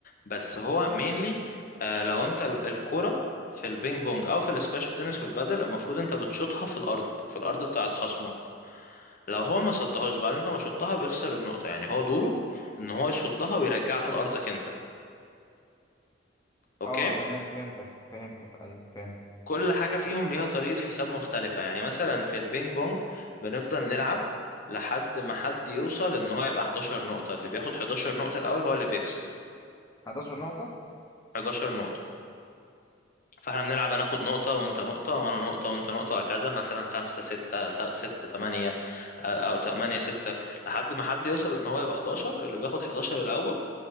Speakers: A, on the left; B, on the left.
A: بس هو مينلي لو انت ال- الكرة في البينج بونج او في الاسكواش والتنس والبادل المفروض انت بتشوطها في الارض في الارض بتاعت خصمك لو هو ما صدهاش بعد انت ما شوطها بيخسر النقطة يعني هو دوره ان هو يصدها ويرجعها لارضك انت اوكي
B: اه تمام فهمتك فهمتك أيوه فهمت
A: كل حاجة فيهم ليها طريقة حساب مختلفة يعني مثلا في البينج بونج بنفضل نلعب لحد ما حد يوصل ان هو يبقى 11 نقطة اللي بياخد 11 نقطة الاول هو اللي بيكسب
B: 11 نقطة
A: 11 نقطة فاحنا بنلعب انا اخد نقطة وانت نقطة وانا نقطة وانت نقطة وهكذا مثلا خمسة ستة س- ستة تمانية آه، او تمانية ستة لحد ما حد يوصل ان هو يبقى 11 اللي بياخد 11 الاول